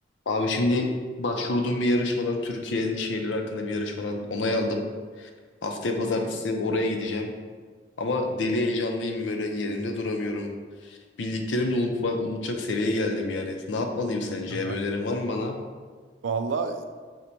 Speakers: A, on the left (about 75°); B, on the right (about 80°).
A: Abi şimdi başvurduğum bir yarışmadan Türkiye'nin şeyleri hakkında bir yarışmadan onay aldım. Haftaya pazartesi
B: Hı hı.
A: oraya gideceğim. Ama deli heyecanlıyım böyle yerimde duramıyorum. Bildiklerimi de unutmak, unutacak seviyeye geldim yani. Ne yapmalıyım sence
B: Aha.
A: ya? Bir önerin var mı bana?
B: Valla